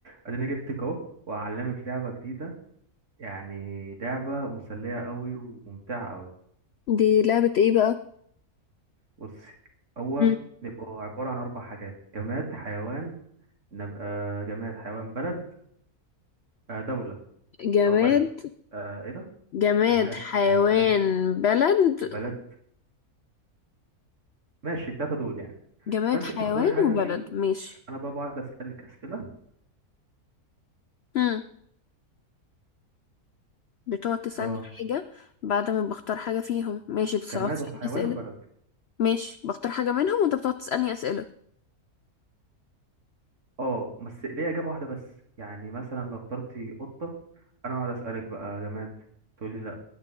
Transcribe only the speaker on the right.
اديني جبتك اهو وهعلمك لعبة جديدة يعني لعبة مسلية قوي وممتعة قوي
بصي هو
بيبقى عبارة عن اربع حاجات جماد حيوان نبقى جماد حيوان بلد آه، دولة
او بلد آه، ايه ده
جماد
حيوان
بلد ماشي التلاتة دول يعني
فانت
بتختاري حاجة
فيهم
انا بقى بقعد اسألك اسئلة
اه
جماد
وحيوان
وبلد
اه بس ليه اجابة واحدة بس يعني مثلا لو اخترتي قطة انا اقعد اسألك بقى جماد تقولي